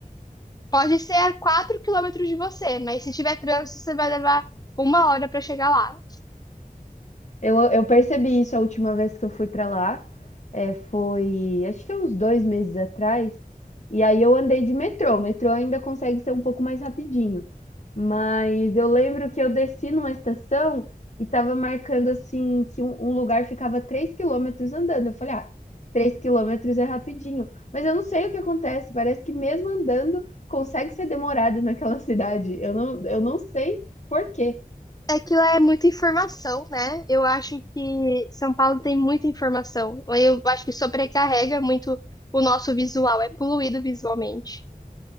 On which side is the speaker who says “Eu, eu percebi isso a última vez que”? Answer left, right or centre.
Left